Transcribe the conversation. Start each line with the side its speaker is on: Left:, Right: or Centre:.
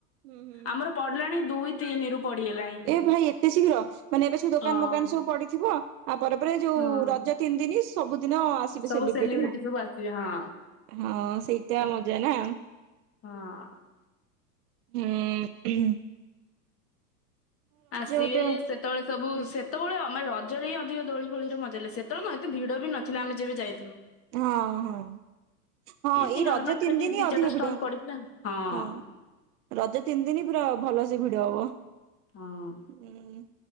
Right: ହୁଁ ହୁଁ ହୁଁ।
Left: ଆମର ପଡିଲାଣି ଦୁଇ ତିନି ରୁ ପଡିଗଲାଣି।
Right: ଏ ଭାଇ ଏତେ ଶୀଘ୍ର ମାନେ ଏବେ ସବୁ ଦୋକାନ
Left: ହଁ
Right: ମୋକାନ ସବୁ ପଡିଥିବ ଆଉ ପରେ ପରେ ଯୋଉ
Left: ହଁ
Right: ରଜ ତିନି ଦିନ ସବୁଦିନ ଆସିବେ
Left: ସବୁ
Right: ସେଲିବ୍ରେଟି
Left: ସେଲିବ୍ରିଟି ସବୁ ଆସିବେ ହଁ
Right: ହଁ ସେଇଟା ମଜା ନା
Left: ହଁ।
Right: ହୁଁ।
Left: ଆସିବେ
Right: ଗୋଟେ
Left: ସେତେବେଳେ ସବୁ
Right: ହୁଁ
Left: ସେ ସେତେବେଳେ ଆମେ ରଜରେ ହିଁ ଅଧିକ ଦୋଳି ଫୋଳିରେ ମଜାଲେ ସେତେବେଳେ ଏତେ ଭିଡ଼ ବି ନଥିଲା ଆମେ ଯେବେ ଯାଇଥିଲୁ।
Right: ହଁ ହଁ। ହଁ
Left: ଏମିତି
Right: ଏଇ
Left: ନର୍ମାଲ
Right: ରଜ ତିନି
Left: ଖାଲି
Right: ଦିନ
Left: ଦି
Right: ଅଧିକ
Left: ଚାରିଟା ଷ୍ଟଲ
Right: ଭିଡ
Left: ପଡିଥିଲା ହଁ
Right: ହଁ ରଜ ତିନି ଦିନ ପୁରା ଭଲସେ ଭିଡ ହବ ଉ
Left: ହଁ।